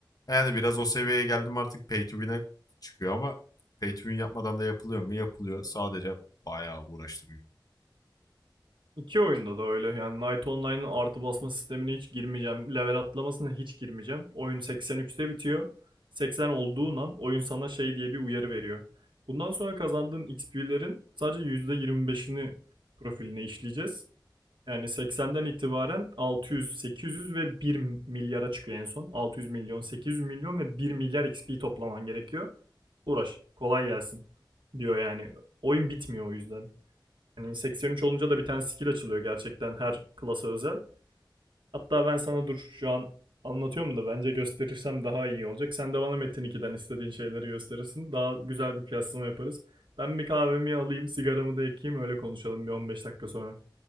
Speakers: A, on the left; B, on the right.
A: Yani biraz o seviyeye geldim artık pay to win'e çıkıyor ama pay to win yapmadan da yapılıyor mu? Yapılıyor. Sadece bayağı uğraştırıyor.
B: İki oyunda da öyle. Yani Knight Online'ın artı basma sistemine hiç girmeyeceğim. Level atlamasına hiç girmeyeceğim. Oyun 83'te bitiyor. 80 olduğundan oyun sana şey diye bir uyarı veriyor. Bundan sonra kazandığın XP'lerin sadece %25'ini profiline işleyeceğiz. Yani 80'den itibaren 600, 800 ve 1 milyara çıkıyor en son. 600 milyon, 800 milyon ve 1 milyar XP toplaman gerekiyor. Uğraş, kolay gelsin diyor yani. Oyun bitmiyor o yüzden. Hani 83 olunca da bir tane skill açılıyor gerçekten her klasa özel. Hatta ben sana dur şu an anlatıyorum da bence gösterirsem daha iyi olacak. Sen de bana Metin 2'den istediğin şeyleri gösterirsin. Daha güzel bir kıyaslama yaparız. Ben bir kahvemi alayım, sigaramı da ekeyim öyle konuşalım bir 15 dakika sonra.